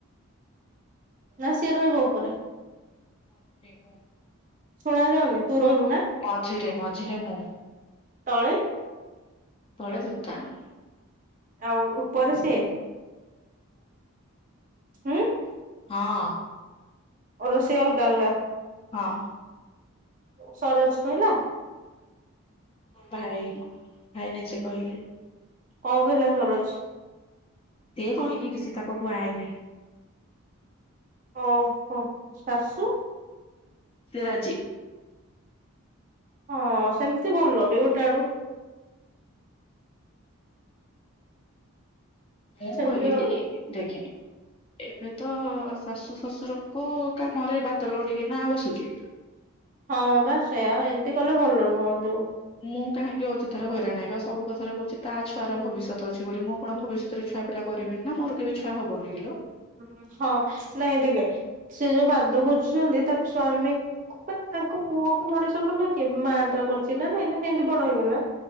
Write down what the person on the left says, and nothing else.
<inaudible>
ମଝିରେ ମୁଁ।
ମଝିରେ ମଝିରେ ମୁଁ
ତଳେ ଦୋକାନ୍।
ହଁ।
ହଁ।
ମୋ ଭାଇ ଭାଇ ନିଜେ କହିଲେ।
ସିଏ କହିନି କିଛି ତାକୁ କୁହାହେଇନି।
ସିଏ ରାଜି।
ମୁଁ
କହିଲି
ଦେଖେ। ଏବେ ତ ଶାଶୁ ଶ୍ୱଶୁରଙ୍କୁ କାମରେ ବାଦଲ ଉଡିକିନା ବସୁଛି।
ମୁଁ କାହିଁକି ଅଯଥାରେ ହଇରାଣ ହେବି ଆଉ ସବୁ କଥାରେ କହୁଛି ତା ଛୁଆର ଭବିଷ୍ୟତ ଅଛି ବୋଲି ମୁଁ। କଣ ଭବିଶ୍ୱତରେ ଛୁଆ ପିଲା କରିବିନି ନା ମୋର କେବେ ଛୁଆ ହବନି କିଲୋ।